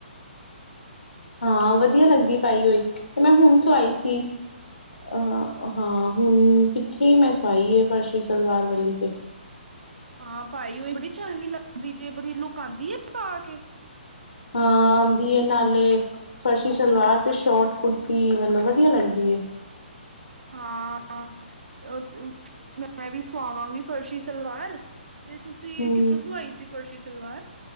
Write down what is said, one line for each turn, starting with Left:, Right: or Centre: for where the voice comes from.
Left: ਹਾ ਵਦੀਆ ਲੱਗਦੀ ਪਾਈ ਹੋਈ, ਤੇ ਮੈਂ ਹੁਣ ਸਵਾਈ ਸੀ। ਅਹ ਹਾਂ ਹੁਣ ਪਿੱਛੇ ਈ ਮੈਂ ਸਵਾਈ ਐ ਫਰਸ਼ੀ ਸਲਵਾਰ ਵਾਲੀ ਤੇ
Right: ਆ ਪਾਈ ਹੋਈ ਬੜੀ ਚੰਗੀ ਲੱਗਦੀ ਜੇ ਬੜੀ ਲੁਕ ਆਂਦੀ ਆ ਪਾ ਕੇ
Left: ਹਾ ਆਂਦੀ ਨਾਲੇ ਫਰਸ਼ੀ ਸਲਵਾਰ ਤੇ ਸ਼ੋਟ ਕੁੜਤੀ ਮਤਲਬ ਵਧੀਆ ਲੱਗਦੀ ਏ।
Right: ਹਾਂ ਉਹ ਤੇ ਮੈਂ ਵੀ ਸਵਾਵਾਂਗੀ ਫਰਸ਼ੀ ਸਲਵਾਰ। ਤੇ ਤੁਸੀਂ
Left: ਹਮ
Right: ਕਿੱਥੋਂ ਸਵਾਈ ਸੀ ਫਰਸ਼ੀ ਸਲਵਾਰ?